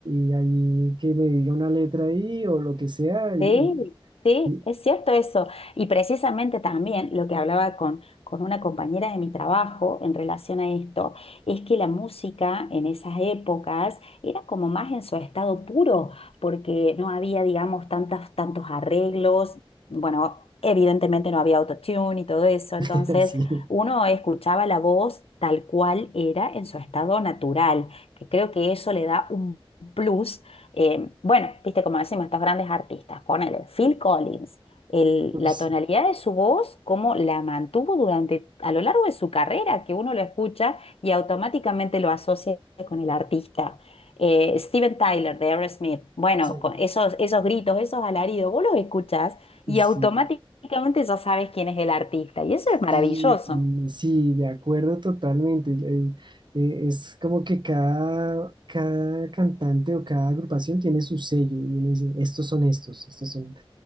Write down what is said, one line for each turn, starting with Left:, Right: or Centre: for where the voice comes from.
Right: y- y ahí que me diga una letra ahí o lo que sea. Y,
Left: Sí, sí,
Right: y- y-
Left: es cierto eso. Y precisamente también lo que hablaba con, con una compañera de mi trabajo en relación a esto, es que la música en esas épocas era como más en su estado puro, porque no había, digamos, tantas, tantos arreglos. Bueno, evidentemente no había autotune y todo eso, entonces
Right: <laughs> sí,
Left: uno escuchaba la voz tal cual era en su estado natural, que creo que eso le da un plus eh, bueno, viste como decimos estos grandes artistas, ponele Phil Collins, el-
Right: Uy,
Left: la
Right: sí,
Left: tonalidad de su voz, cómo la mantuvo durante, a lo largo de su carrera, que uno lo escucha y automáticamente lo asocia con el artista. Eh, Steven Tyler de Aerosmith, bueno,
Right: sí,
Left: con esos, esos gritos, esos alaridos, vos los escuchás y
Right: sí.
Left: automáticamente ya sabes quién es el artista y eso es maravilloso,
Right: Sí, mm, sí, de acuerdo totalmente. Eh, eh, es como que cada, cada cantante o cada agrupación tiene su sello y uno dice, estos son estos, estos son,